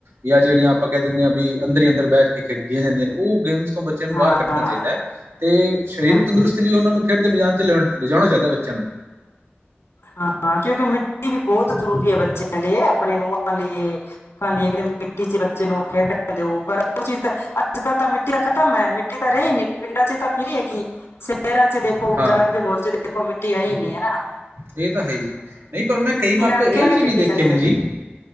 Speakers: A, on the right; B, on the left.
A: ਜਾਂ ਜਿਹੜੀਆਂ ਆਪਾਂ ਕਹਿ ਦਿੰਦੇ ਹਾਂ ਵੀ ਅੰਦਰ ਹੀ ਅੰਦਰ ਬੈਠ ਕੇ ਖੇਡੀਆਂ ਜਾਂਦੀਆਂ ਨੇ ਉਹ ਗੇਮਸ ਤੋਂ ਬੱਚਿਆਂ ਨੂ ਬਾਰ
B: ਹਾਂ
A: ਕੱਢਨਾ ਚਾਹੀਦਾ ਤੇ ਸ਼ਰੀਰਕ
B: ਹਾਂਜੀ
A: ਤੰਦਰੁਸਤੀ ਲਈ ਓਨਾਂ ਨੂ ਖੇਡ ਦੇ ਮੇਜ਼ਾਨ 'ਚ ਲੈ, ਲਿਜਾਣਾ ਚਾਹੀਦਾ ਬੱਚਿਆਂ ਨੂੰ
B: ਹਾਂ ਕਿਉਂਕਿ ਮਿੱਟੀ ਵੀ ਬੋਤ ਜਰੂਰੀ ਏ ਬੱਚਿਆਂ ਲਈਏ ਅਪਣੇ ਨੂੰਆਂ ਲਈਏ। <unintelligible> ਮਿੱਟੀ 'ਚ ਬੱਚੇ ਨੂ, ਖੇਡਣ ਦੇਓ, ਪਰ ਓ ਚੀਜ ਤਾਂ ਅਜ ਕਲ ਤਾਂ ਮਿੱਟੀਆਂ ਖਤਮੈ ਮਿੱਟੀ ਤਾਂ ਰਈ ਨੀ ਪਿੰਡਾਂ 'ਚ ਤਾਂ ਫਿਰ ਹੈਗੀ ਸਹਿਰਾਂ 'ਚ ਦੇਖੋ ਬਾਜਾਰ
A: ਹਾਂ
B: ਦੇ ਮੋਲ 'ਚ ਦੇਖੋ ਮਿੱਟੀ ਹੈ ਈ ਨੀ ਹੈਨਾ।
A: ਇਹ ਤਾਂ ਹੈਈ ਜੀ ਨਈ ਪਰ ਮੈਂ ਕਈ ਮਾਪੇ
B: ਨਾਲ ਕਿਵੇਂ
A: ਇਹੋ ਜੇ
B: ਖੇਡੀ
A: ਵੀ ਦੇਖੇ
B: ਜਾਂਦੇ
A: ਨੇ
B: ਆ
A: ਜੀ